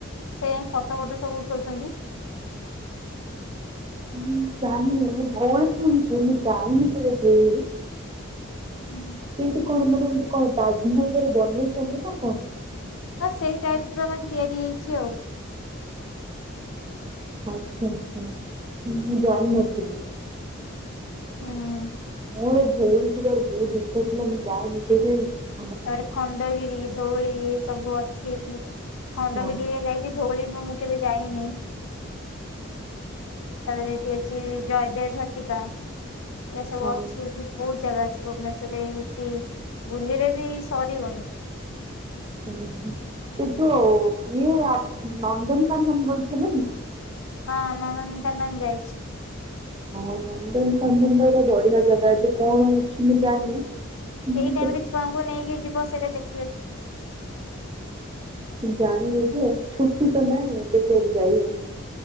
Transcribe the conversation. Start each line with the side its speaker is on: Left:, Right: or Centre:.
Left: ସେ ଯାଇଁ ଫଟୋ ଫଟୋ ସବୁ ଉଠଉଚନ୍ତି।
Right: ମୁଁ ଜାନି ମୁଁ ଧଉଳି ଶୁଣଚି ମୁଁ ଯାଇନି କେବେ ଧଉଳି।
Left: ହୁଁ।
Right: ସେଇଠି କଣ ମାନେ ଏମତି କଣ ତାଜମହଲ ପରି ବନେଇଚନ୍ତି ନା କଣ?
Left: ହଁ ସେଇ ଟାଇପ ର ମାନେ ତିଆରି ହେଇଚି ଆଉ।
Right: ଆଛା ଆଛା ମୁଁ ଜାଣି ନଥିଲି।
Left: ହୁଁ
Right: ମୁଁ ଧଉଳି ଯିବାର ବହୁତ ଇଛା ଥିଲା ମୁଁ ଯାଏ <unintelligible>
Left: ତାପରେ ଖଣ୍ଡଗିରି ଧଉଳି ଏ ସବୁ ଅଛି ଏଇଠି ଖଣ୍ଡଗିରି
Right: ହଁ
Left: ଯାଇକି ଧଉଳି ମୁଁ କେବେ ଯାଇନି ତ ଏଠି ଅଛି। ଜୟଦେବ ଭାଟିକା ଏସବୁ
Right: ହଁ
Left: ଅଛି ଏଠି ବହୁତ ଜାଗା ଅଛି। ଭୁବନେଶ୍ୱରରେ କି ବୁଲିଲେ ବି ସରିବନି।
Right: ଓ ହୋ ଏଇ ଯୋଉ <unintelligible> ନନ୍ଦନକାନନ ବୁଲିଚନ୍ତି ନା ନାଇଁ?
Left: ହଁ ନନ୍ଦନକାନନ ଯାଇଛି।
Right: ହଁ ନନ୍ଦନକାନନା ଗୋଟେ ବଢିଆ ଜାଗା ଏବେ କଣ ହଉଛି ମୁଁ ଜାଣିନି। ମୁଁ
Left: ଏଇ ଟାଇମ୍ ରେ ଛୁଆଙ୍କୁ ନେଇକି ଯିବ ସେଇଟା ଦେ
Right: ଜାଣି ହଉ ଯେ ଛୁଟି ତ ନାଇଁ ଏବେ କୁଆଡେ ଯାଇ ହବ।